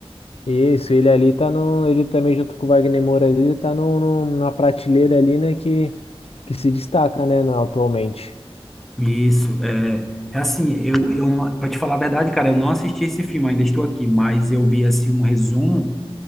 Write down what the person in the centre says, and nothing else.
Isso, é, é assim, eu, eu não, pra te falar a verdade, cara, eu não assisti esse filme, ainda estou aqui, mas eu vi, assim, um resumo